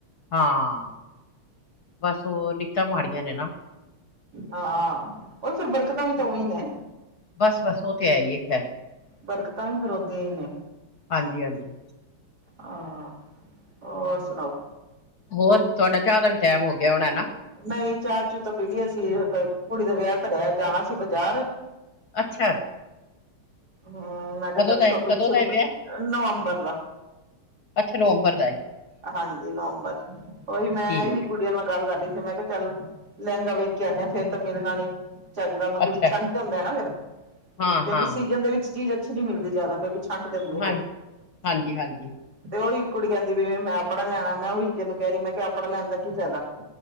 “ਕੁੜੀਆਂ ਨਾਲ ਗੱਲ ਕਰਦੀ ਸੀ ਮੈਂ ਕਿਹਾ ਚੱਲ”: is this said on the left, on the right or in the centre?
Right